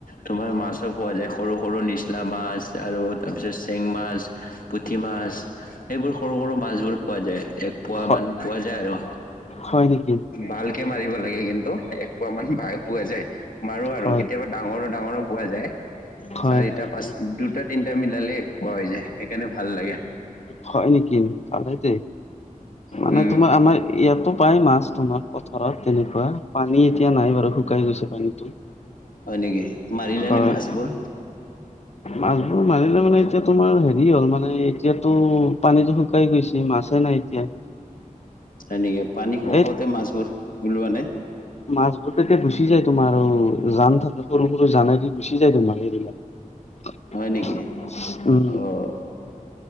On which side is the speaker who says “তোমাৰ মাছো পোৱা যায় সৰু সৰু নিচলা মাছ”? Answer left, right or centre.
Left